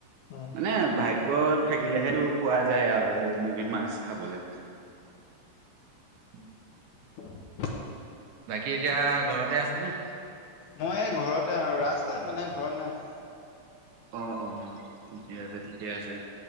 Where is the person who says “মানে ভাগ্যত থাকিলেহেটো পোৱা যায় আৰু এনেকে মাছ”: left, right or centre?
Right